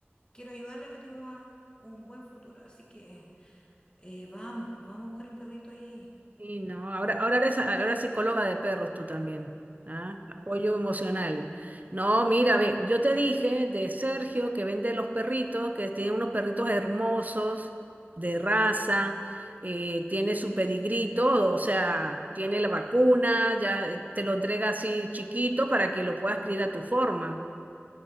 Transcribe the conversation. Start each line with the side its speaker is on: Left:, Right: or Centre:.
Left: quiero ayudarle a que tenga un buen futuro. Así que eh, vamos, pues vamos a buscar un perrito ahí.
Right: Sí, no. Ahora, ahora eres, ahora psicóloga de perros tú también. ¿Ah? Apoyo emocional. No, mira, ve, yo te dije de Sergio que vende los perritos, que tiene unos perritos hermosos, de raza, eh, tiene su pedigrí, y todo, o sea, tiene la vacuna, ya eh, te lo entrega así chiquito para que lo puedas criar a tu forma.